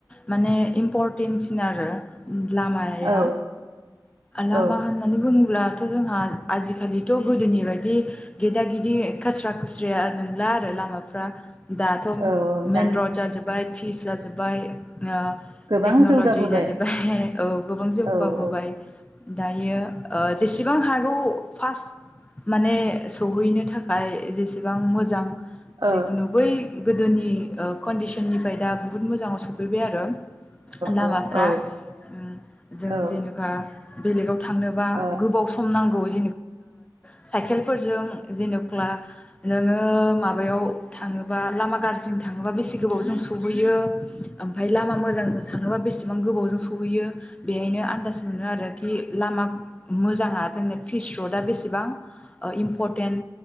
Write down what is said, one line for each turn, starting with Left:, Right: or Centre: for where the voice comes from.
Left: माने इमपरन्टेनसिन आरो लामाया
Right: औ
Left: लामा
Right: औ
Left: होननानै बुङोब्ला दाथ' जोंहा आजिखालिथ' गोदोनि बायदि गेदा गेदि खास्रा खुस्रिया नंला आरो लामाफ्रा दाथ'
Right: औ दानि
Left: मेन रड जाजोब्बाय फिस जाजोब बाय ओ
Right: गोबां
Left: टेक्नलजि
Right: जौगाबोबाय
Left: जाजोब्बाय औ गोबां जौगाबोबाय
Right: औ औ
Left: दायो ओ जेसे सेबां हागौ फार्स्ट माने सौहैनो थाखाय खाय जेसे बां मोजां
Right: औ
Left: जिखुनु बै गोदोनि ओ कन्डिसननिफ्राय दा बुहुत मोजाङाव सफैबाय आरो लामाफ्रा
Right: औ औ
Left: उम जों
Right: औ
Left: जेनेबा बेलेगाव थांनोबा
Right: औ
Left: गोबाव सम नांगौ <unintelligible> साइकेलफोरजों जेन' मा नोङो माबायाव थाङो? बा लामा गाज्रिजों थाङोबा बेसे गोबाव जों सहैयो। ओमफ्राय लामा मोजांजों थाङोबा बेसेबां गोबावजों सहैयो बेनो आदास मोनो आरो लामा मोजां जोंनो। फिस र'डआ बेसेबां इम्प'टेन्ट